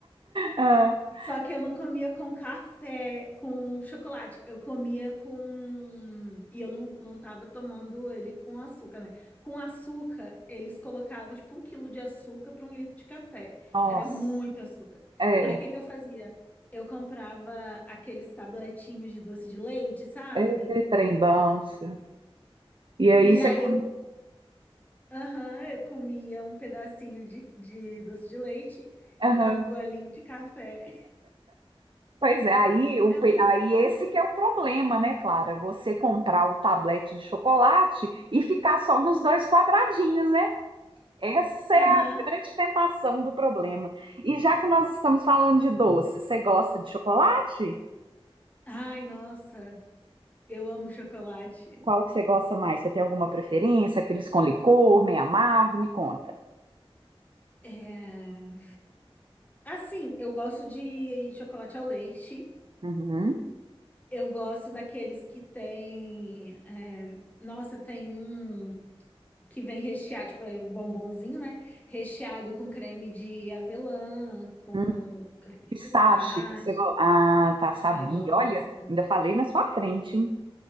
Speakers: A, on the right; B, on the left.
A: Ah, ah,
B: Só que eu não comia com café, com chocolate. Eu comia com. E eu não, não tava tomando ele com açúcar, né? Com açúcar, eles colocavam tipo um quilo de açúcar para um litro de café.
A: nossa,
B: Era muito açúcar.
A: é,
B: Aí o que que eu fazia? Eu comprava aqueles tabletinhos de doce de leite, sabe?
A: é, é trem bom. isso. E aí
B: E
A: você
B: aí
A: come.
B: eu, aham, eu comia um pedacinho de, de doce de leite
A: Aham.
B: e dava um golinho de café. <laughs>
A: Pois é, aí, o,
B: É
A: pe-
B: muito
A: aí esse
B: bom.
A: que é o problema, né, Clara? Você comprar o tablete de chocolate e ficar só nos dois quadradinhos, né? Essa é
B: Aham.
A: a grande tentação do problema. E já que nós estamos falando de doce, você gosta de chocolate?
B: Ai, nossa, eu amo chocolate.
A: Qual que você gosta mais? Você tem alguma preferência? Aqueles com licor, meio amargo? Me conta.
B: É... Assim, eu gosto de chocolate ao leite.
A: Uhum.
B: Eu gosto daqueles que tem. é, Nossa, tem um que vem recheado, tipo, é o bombonzinho, né? Recheado com creme de avelã, com
A: Hum, Pistache,
B: pistache.
A: você gosta? Ah, tá, sabia.
B: Ai, gosto.
A: Olha, ainda falei na sua frente, hein?